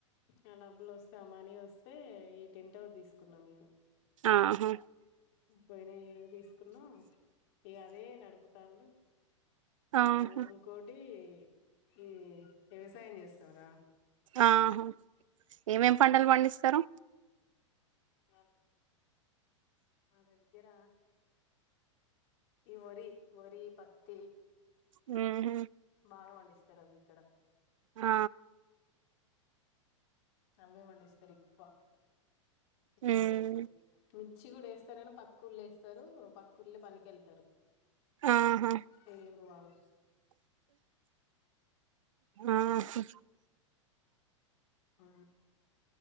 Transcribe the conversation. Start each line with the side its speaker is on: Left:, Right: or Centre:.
Left: ఆ డబ్బులు వస్తే ఆ మనీ వస్ ఐతే ఈ టెంట్ హౌస్ తీసుకున్నాం. మేము
Right: ఆహా
Left: పోయినా ఇయర్ ఎ తీస్ కున్నాం. ఇగా అదే నడుపుతాండు.
Right: ఆహా
Left: మళ్ళా ఇంకోట్ ఈ ఈ వ్యవసాయం చేస్తారా
Right: ఆహా ఏమేమ్ పంటలు పండిస్ పండిస్తారు.
Left: మబ్ మా దగ్గర ఈ వరి, వరి, పత్తి
Right: ఉ హ్మ్
Left: బాగా పండిస్తారు. అన్ని ఇక్కడ
Right: ఆ
Left: అవే పండిస్తారు. ఎక్కువ ఇట్
Right: ఉమ్
Left: ఏరియా కు మిర్చి కూడా వేస్తారని పక్కు ఊర్లే వేస్తారు. పక్క ఊర్లే పనికి వెళ్తారు.
Right: ఆహా
Left: వేరే వాళ్ళు
Right: ఆహా
Left: ఆ